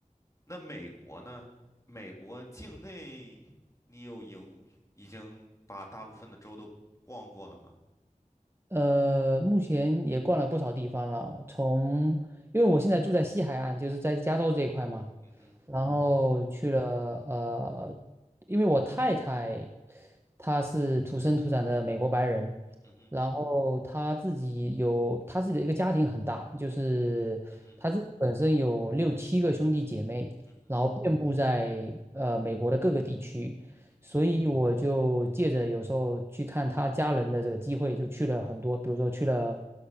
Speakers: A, on the left (about 20°); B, on the right (about 15°).
A: 那美国呢？美国境内你有影已经把大部分的州都逛过了吗？
B: 呃，目前也逛了不少地方了，从因为我现在住在西海岸，就是在加州这一块嘛，
A: 嗯哼，嗯哼，
B: 然后去了呃，因为我太太她是土生土长的美国白人，
A: 嗯哼，
B: 然后她自己有她自己的一个家庭很大，就是她自己本身有六七个兄弟姐妹，
A: 嗯哼，嗯哼，
B: 然后遍布在呃美国的各个地区，
A: 嗯哼，
B: 所以我就借着有时候去看他家人的这个机会，就去了很多，比如说去了